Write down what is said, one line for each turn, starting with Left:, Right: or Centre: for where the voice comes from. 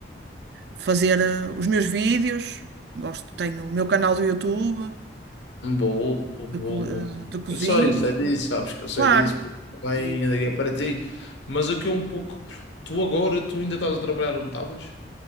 Right: fazer eh, os meus vídeos, gosto, tenho o meu canal do YouTube
Left: Boa, boa,
Right: de,
Left: boa,
Right: co-
Left: boa,
Right: eh,
Left: boa.
Right: de cozinha,
Left: Eu sei, eu sei disso, sabes que eu sei
Right: claro.
Left: disso, porque também
Right: E,
Left: liguei para ti. Mas aqui é um pouco. Tu agora, tu ainda estás a trabalhar onde estavas?